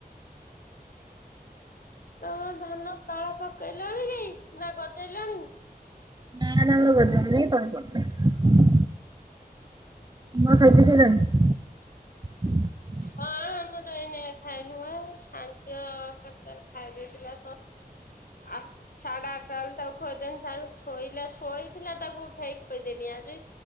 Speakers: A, on the left; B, on the right.
A: ତମ ଧାନ ତଳା ପକେଇଲଣି କି ନା ଗଜେଇଲାଣି?
B: ନାଁ ନାଁ ଆମର ଗଜାହେଇ ନେଇ କି ତଳିପଡ଼ି ନେଇଁ। ମୋ ଖାଇପି ସାଇଲଣି? <inaudible>
A: ହଁ ଆମର ଏଇନ ଖାଇନୁ ବା ସାନଝିଅ କେତବେଳେ ଖାଇଦେଇଥିଲା ଆପ। ସାଢେ ଆଠଟା ବେଳୁ ତାକୁ ଖଇଦେନି ତାର ଶୋଇଲା ଶୋଇଥିଲା ତାକୁ ଉଠେଇକି ଖୋଇଦେନି ଆଜି